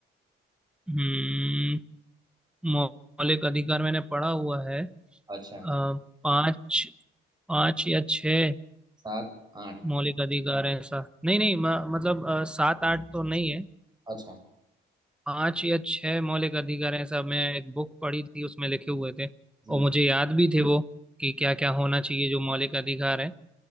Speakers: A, in the centre; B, on the right.
A: हम्म, मौलिक अधिकार मैंने पढ़ा हुआ है
B: अच्छा
A: आ, पाँच पाँच या छह
B: सात आठ
A: मौलिक अधिकार है ऐसा नहीं नहीं म, मतलब अ, सात आठ तो नहीं है
B: अच्छा
A: पांच या छह मौलिक अधिकार हैं ऐसा मैं एक बुक पढ़ी थी उसमें लिखे हुए थे
B: जी
A: और मुझे
B: जी
A: याद भी थे वो कि क्या क्या होना चाहिए जो मौलिक अधिकार है